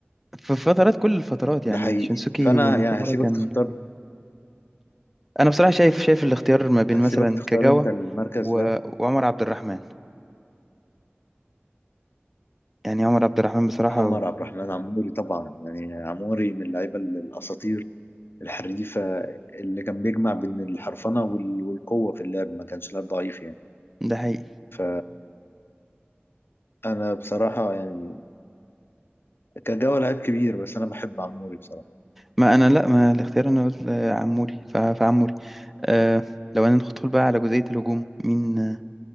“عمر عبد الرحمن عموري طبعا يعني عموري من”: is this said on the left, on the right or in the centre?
Left